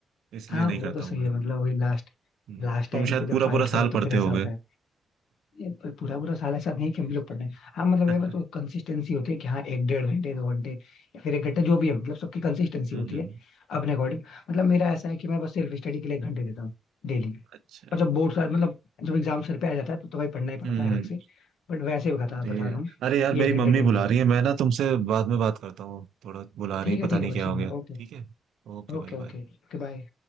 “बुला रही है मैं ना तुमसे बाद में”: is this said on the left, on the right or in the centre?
Right